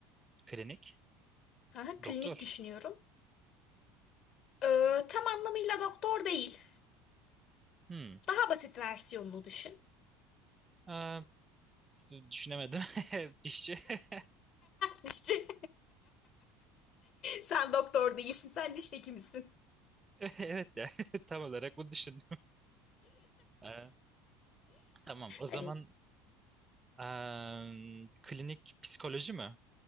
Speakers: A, on the right; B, on the left.
A: klinik,
B: Aha,
A: doktor.
B: klinik düşünüyorum. Ee, tam anlamıyla doktor değil.
A: Hmm.
B: Daha basit versiyonunu düşün.
A: E, düşünemedim. <laughs> Dişçi. <laughs>
B: <laughs> Dişçi. Sen doktor değilsin, sen diş hekimisin.
A: Evet yani <laughs> tam olarak bunu düşün. Ee, tamam. O zaman
B: Hani
A: em, klinik psikoloji mi?